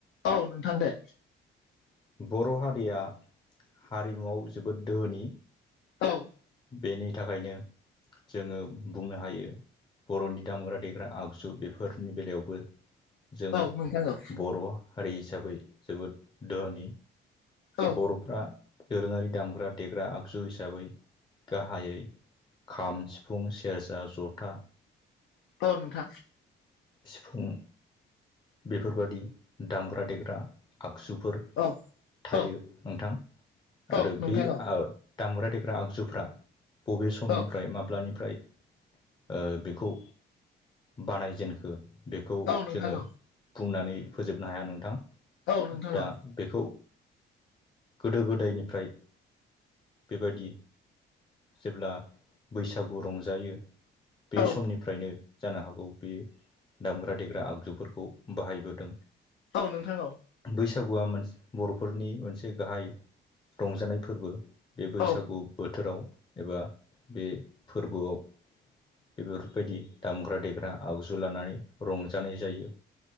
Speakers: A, on the left; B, on the left.
A: औ नोंथां दे
B: बर' हारिया हारिमुआव जोबोद दोहोनि
A: औ
B: बेनि थाखायनो जोङो बुंनो हायो बर'नि दामग्रा देग्रा आगजु बेफोरनि बेलायावबो जों
A: औ नोंथां औ
B: बर' हारि हिसाबै जोबोद धोहोनि
A: औ
B: बर'फ्रा दोरोङारि दामग्रा देग्रा आगजु हिसाबै गाहायै खाम सिफुं सेरजा जथा
A: औ नोंथां
B: सिफुं बेफोरबादि दामग्रा देग्रा आगजुफोर
A: औ
B: थायो
A: औ
B: नोंथां
A: औ
B: आरो
A: नोंथां
B: बे
A: औ
B: ओ दामग्रा देग्रा आगजुफ्रा बबे समनिफ्राय
A: औ
B: माब्लानिफ्राय ओ बेखौ बानायजेनखो बेखौ
A: औ नोंथां
B: जोङो
A: औ
B: बुंनानै फोजोबनो हाया नोंथां
A: औ नोंथां
B: दा
A: औ
B: बेखौ गोदो गोदायनिफ्राय बेबायाददि जेब्ला बैसागु रंजायो
A: औ
B: बे समनिफ्रायनो जानो हागौ बेयो दामग्रा देग्रा आगजुफोरखौ खौ बाहायबोदों
A: औ नोंथां औ
B: बैसागुआ बर'फोरनि मोनसे गाहाय रंजानाय फोरबो बे बैसागु
A: औ
B: बोथोराव एबा बे फोरबोआव बेफोरबायदि दामग्रा देग्रा आगजु लानानै रंजानाय जायो